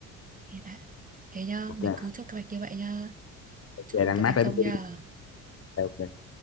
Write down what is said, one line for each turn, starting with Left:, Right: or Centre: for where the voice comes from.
Right: thế đã thế nhá
Left: ok
Right: mình cứ chốt kế hoạch như vậy nhá chúc
Left: về
Right: chúng
Left: đang
Right: ta
Left: mát
Right: thành
Left: đến
Right: công
Left: tôi
Right: nhá
Left: ok